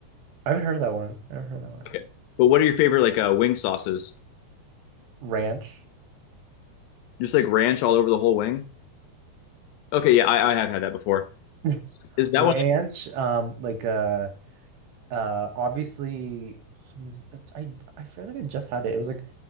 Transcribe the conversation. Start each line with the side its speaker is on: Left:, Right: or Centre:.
Right: I haven't heard of that one. I haven't heard of that one.
Left: Okay. But what are your favorite like uh, wing sauces?
Right: Ranch.
Left: Just like ranch all over the whole wing? Okay, yeah, I, I have had that before.
Right: <laughs>
Left: Is that
Right: Ranch,
Left: one
Right: um, like uh uh obviously hum- I I feel like I just had it. It was like